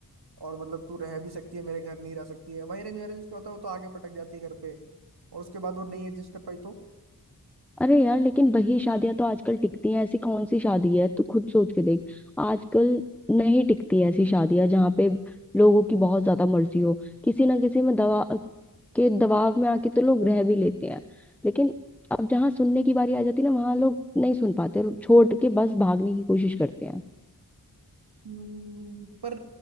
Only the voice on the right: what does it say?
और मतलब तू रह भी सकती है मेरे घर नहीं रह सकती है भाई अरेंज अरेंज क्या होता है वो तो आगे पटक जाती है घर पे और उसके बाद वो नहीं एडजस्ट कर पाई तो
हम्म, पर